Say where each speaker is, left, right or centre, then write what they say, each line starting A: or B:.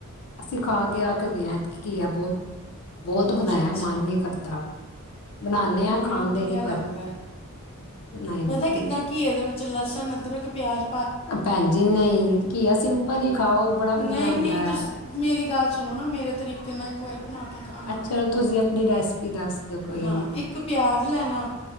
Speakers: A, on the left; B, on the left.
A: ਅਸੀਂ ਖਾ ਕੇ ਅਕ ਗਏ ਘੀਆ ਬਹੁਤ ਬਹੁਤ ਬਣਾਇਆ
B: ਅੱਛਾ ਅੱਛਾ
A: ਮਨ ਨੀ ਕਰਦਾ। ਬਣਾਨੇ ਆ
B: ਮੈਨੂੰ
A: ਖਾਂਦੇ
B: ਵਧੀਆ
A: ਨੀ
B: ਲੱਗਦਾ
A: ਪਰ ਨਹੀਂ
B: ਪਤਾ
A: ਨਹੀਂ
B: ਕਿੱਦਾਂ। ਘੀਏ ਦੇ ਵਿੱਚ ਲੱਸਣ, ਅਦਰਕ, ਪਿਆਜ
A: ਭੈਣਜੀ ਨਹੀਂ ਘੀਆ ਸਿੰਪਲ ਹੀ ਖਾਓ ਬੜਾ ਵਧੀਆ
B: ਨਹੀਂ
A: ਹੁੰਦਾ
B: ਨਹੀਂ ਤੁਸੀਂ
A: ਹੈ।
B: ਮੇਰੀ ਗੱਲ ਸੁਣੋ ਨਾ ਮੇਰੇ ਤਰੀਕੇ ਨਾਲ ਇੱਕ ਵਾਰੀ ਬਣਾ ਕੇ ਖਾਣਾ
A: ਅੱਛਾ ਚਲੋ ਤੁਸੀਂ ਆਪਣੀ ਰੈਸਪੀ ਦੱਸ ਦੋ ਕੋਈ
B: ਹਾਂ
A: ਨੀ
B: ਇੱਕ ਪਿਆਜ ਲੈਣਾ